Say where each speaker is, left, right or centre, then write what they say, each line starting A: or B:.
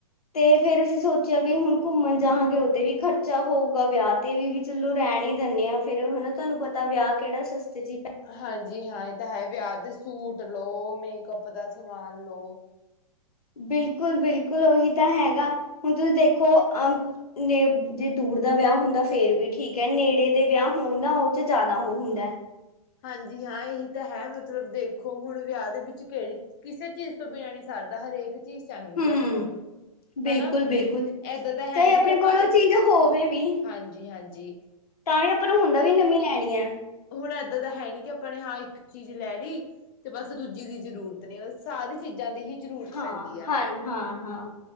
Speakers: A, on the left; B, on the left.
A: ਤੇ ਫੇਰ, ਅਸੀਂ ਸੋਚਿਆ ਵੀ ਹੁਣ ਕੁੱਮਣ ਜਾਹਾਂਗੇ, ਔਤੇ ਵੀ ਖਰਚਾ ਹੋਊਗਾ, ਵੇਆ ਤੇ ਵੀ ਚਲੋਂ ਰੈਣ ਈ ਦਿੰਨੇ ਹਾਂ ਫੇਰ ਹਨਾ ਤੋਨੂੰ ਪਤਾ ਵੇਆ ਕੇੜਾ ਸਸਤੇ ਚ
B: ਹਾਂਜੀ ਹਾਂ, ਏ ਤਾਂ ਹੈ ਵਿਆਹ ਦੇ ਸੂਟ ਲੋ, ਮੇਕਅੱਪ ਦਾ ਸਮਾਨ ਲੋ।
A: ਬਿਲਕੁਲ-ਬਿਲਕੁਲ, ੳਹੀ ਤਾਂ ਹੈਗਾ, ਹੁਣ ਤੁਸੀਂ ਦੇਖੋ ਅ ਨੇ ਜੇ ਦੂਰ ਦਾ ਵਿਆਹ ਹੁੰਦਾ ਫੇਰ ਵੀ ਠੀਕ ਐ, ਨੇੜੇ ਦੇ ਵਿਆਹ ਹੋਣ ਨਾ ੳਹ ਚ ਜਾਦਾ ਔ ਹੁੰਦਾ।
B: ਹਾਂਜੀ ਹਾਂ, ਏਹੀ ਤਾਂ ਹੈ, ਮਤਲਬ ਦੇਖੋ ਹੁਣ ਵਿਆਹ ਦੇ ਵਿੱਚ ਕੇੜੀ ਕਿਸੇ ਚੀਜ ਤੋ ਬਿਨਾ ਨੀ ਸਰਦਾ, ਹਰੇਕ ਚੀਜ਼ ਚਾਹੀਦੀ
A: ਹੂੰ
B: ਹੈ ਆਪਾਂ ਨੂੰ।
A: ਬਿਲਕੁਲ-ਬਿਲਕੁਲ,
B: ਹਨਾ। ਏਦਾਂ ਤਾਂ ਹੈ
A: ਚਾਏ
B: ਨੀ
A: ਅਪਣੇ
B: ਕਿ ਆਪਾਂ
A: ਕੋਲ ੳ
B: ਇੱਕ
A: ਚੀਜ਼ ਹੋਵੇ ਵੀ
B: ਹਾਂਜੀ ਹਾਂਜੀ
A: ਤਾਂਈ ਆਪਾਂ ਨੂੰ ਹੁੰਦਾ ਵੀ ਨਵੀ ਲੈਨੀ ਐ।
B: ਹੁਨ ਏਦਾਂ ਤਾਂ ਹੈ ਨੀ ਕਿ ਆਪਾਂ ਨੇ ਹਾਂ ਇੱਕ ਚੀਜ ਲੈ ਲੀ ਤੇ ਬਸ ਦੂਜੀ ਦੀ ਜਰੂਰਤ ਨੀ, ਸਾਰੀ ਚੀਜਾ ਦੀ ਹੀ ਜ਼ਰੂਰਤ
A: ਹਾਂ-
B: ਪੈਂਦੀ ਹੈ।
A: ਹ- ਹਾਂ- ਹਾਂ,